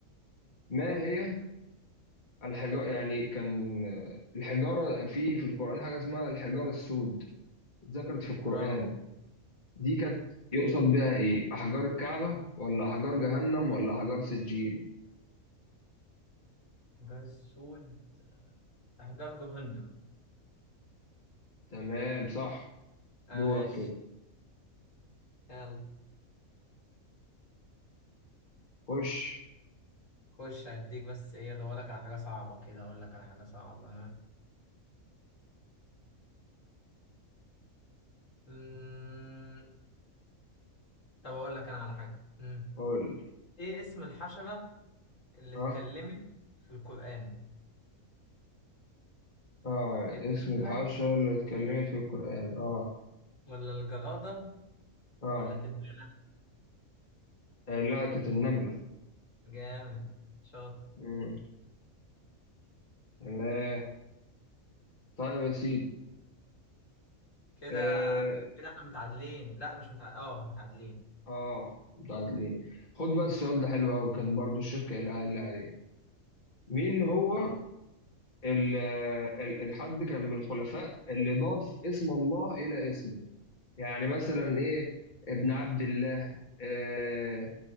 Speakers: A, on the left; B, on the left.
A: ما هي الحجارة يعني كان آه، الحجارة في في القرآن حاجة اسمها الحجارة السود ذكرت في القرآن
B: اه
A: دي كانت يقصد بها ايه أحجار الكعبة ولا أحجار جهنم ولا أحجار سجيل
B: حجار السود احجار جهنم
A: تمام صح
B: ماشي
A: دورك كده
B: يلا
A: خش
B: خش هديك بس ايه ادورلك على حاجة صعبة كده اقول لك على حاجة صعبة أمم، طب اقول لك انا على حاجة أمم.
A: قول
B: ايه اسم الحشرة اللي
A: ها
B: اتكلمت في القرآن
A: اه
B: النملة
A: اسم الحشرة اللي اتكلمت في القرآن اه
B: ولا الجرادة
A: اه
B: ولا الدبانة
A: آه، لا كانت النملة
B: جامد شاطر
A: مم. تمام طيب يا سيدي
B: كده
A: اه
B: كده احنا متعادلين لا مش متعادلين اه متعادلين
A: اه متعادلين خد بقى السؤال ده حلو أوي كان برضو الشيخ اللي قايل عليه مين هو ال ال- الحد كان من الخلفاء اللي ضاف اسم الله إلى اسمه يعني مثلا إيه ابن عبد الله آه